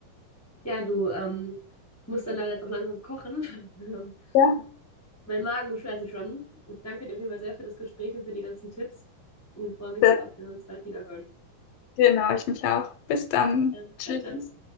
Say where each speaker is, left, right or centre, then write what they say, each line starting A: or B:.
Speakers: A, on the left; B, on the left.
A: Ja, du, ähm, ich muss dann leider jetzt auch langsam kochen. <laughs> Ähm,
B: Ja,
A: Mein Magen beschwert sich schon. Ich danke dir auf jeden Fall sehr für das Gespräch und für die ganzen Tipps und freue mich
B: das,
A: darauf, wenn wir uns bald wieder hören.
B: genau, ich mich auch. Bis dann.
A: Bis dann.
B: Tschüss.
A: Ciao, ciao.